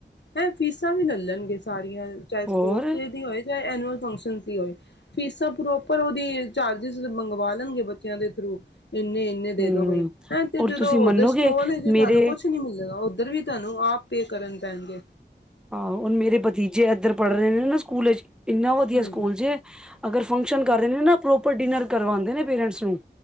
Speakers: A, on the left (about 80°); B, in the centre.
A: ਐ ਫੀਸਾਂ ਵੀ, ਲੈ ਲੈਣਗੇ ਸਾਰੀਆਂ, ਚਾਹੇ ਸਪੋਰਟਸ
B: ਹੋਰ
A: ਦੀ ਹੋਏ ਚਾਹੇ ਐਨੂਅਲ ਫੰਕਸ਼ਨ ਦੀ ਹੋਏ ਫੀਸਾਂ ਪ੍ਰੋਪਰ ਉਹਦੀ ਚਾਰਜਿਸ ਮੰਗਵਾ ਲਣਗੇ ਬੱਚਿਆਂ ਦੇ ਥਰੂ ਇੰਨੇ ਇੰਨੇ
B: ਹਮ
A: ਦੇ ਦੋ ਬਈ, ਹੈਂ ਤੇ
B: ਔਰ
A: ਜਦੋਂ
B: ਤੁਸੀਂ ਮੰਨੋਗੇ
A: ਦੀ ਸਟੋਲ ਵਿੱਚ
B: ਮੇਰੇ
A: ਤੁਹਾਨੂੰ ਕੁਛ ਨੀ ਮਿਲੇਗਾ। ਉੱਧਰ ਵੀ ਤੁਹਾਨੂੰ ਆਪੇ ਕਰਨ ਪੈਣਗੇ।
B: ਆਹੋ ਹੁਣ ਮੇਰੇ ਭਤੀਜੇ ਇੱਧਰ ਪੜ੍ਹ ਰਹੇ ਨੇ ਨਾ ਸਕੂਲ ਵਿੱਚ <unintelligible> ਇੰਨਾ, ਵਧੀਆ
A: ਹਾਂਜੀ
B: ਸਕੂਲ ਜੇ, ਅਗਰ ਫੰਕਸ਼ਨ ਕਰਦੇ ਨੇ ਨਾ ਪ੍ਰੋਪਰ ਡਿਨਰ ਕਰਵਾਉਂਦੇ ਨੇ ਪੇਰੈਂਟਸ ਨੂੰ।